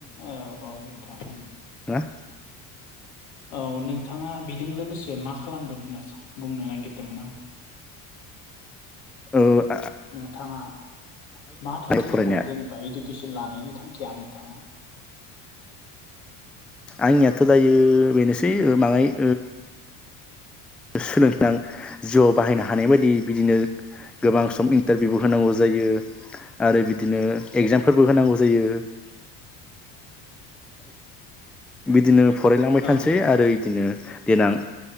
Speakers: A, on the left; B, in the centre.
A: औ औ नोंथां औ
B: हो
A: औ नोंथाङा बिदों लोगोसे मा खालामगोन होनना स बुंनो नागिरदोंमोन आं
B: ओ आ
A: नोंथाङा मा थांखि
B: फरायनाया
A: दङ जेनेबा इडुकेसन लानायनि थांखिया नोंथाङा
B: आंनियाथ' दायो बेनोसै मांयाइ सोलोंथां जिउआव बाहायनो हानाय बायदि बिदिनो गोबां सम इन्टारभिउबो होनांगौ जायो आरो बिदिनो एगजामफोरबो होनांगौ जायो।
A: <inaudible>
B: बिदिनो फरायलांबाय
A: औ
B: थानोसै आरो इदिनो देनां